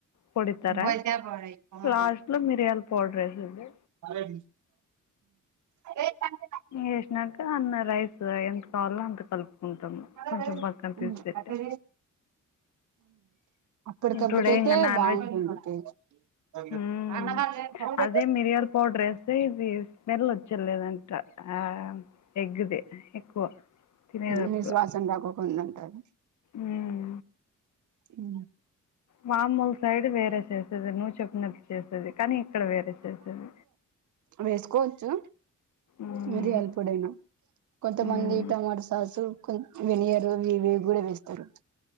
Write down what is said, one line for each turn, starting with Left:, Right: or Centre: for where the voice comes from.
Left: పొడితార
Right: పోతే పోరాయి. ఆ.
Left: లాస్ట్ లో మిరియాల్ పొడర్ ఏసేసి
Right: అరే <unintelligible>
Left: ఏసినాంకా అన్న రైస్ ఎంత కావాలో అంత కలుపుకుంటాము
Right: <unintelligible>
Left: కొంచెం పక్కన
Right: ఎక్కడి
Left: తీసి పెట్టా
Right: పోయింది అప్పటికప్పుడు
Left: టుడే
Right: అయితే
Left: ఇంకా నాన్
Right: బాగుంటుంది
Left: వెజ్
Right: టేస్ట్ <unintelligible>
Left: మ్మ్. అదే మిరియాల పౌడర్ వేస్తే ఇది స్మెల్ ఓచ్చేలేదంట ఆ ఎగ్ది ఎక్కువ తినేటప్పుడు
Right: నీసువాసన రాకోకుండా ఉంటది
Left: ఉమ్
Right: ఉ
Left: మాఅమ్మోల్ల సైడ్ వేరే చేసేది నువ్వు చెప్పినట్టు చేసేది కానీ ఇక్కడ వేరే చేసేది
Right: వేసుకోచ్చు
Left: మ్మ్.
Right: మిరియాల పొడైనా కొంతమంది
Left: మ్మ్.
Right: టమాట సాసు కొ వెనిగరు ఇవివి కూడా వేస్తరు